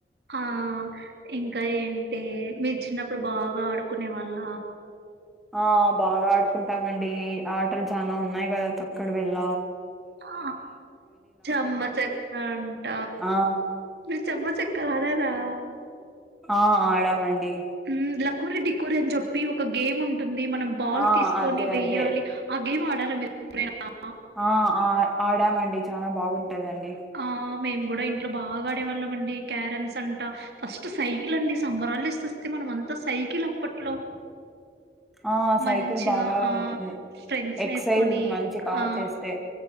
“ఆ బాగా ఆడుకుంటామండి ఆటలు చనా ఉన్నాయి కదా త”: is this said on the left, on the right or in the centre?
Centre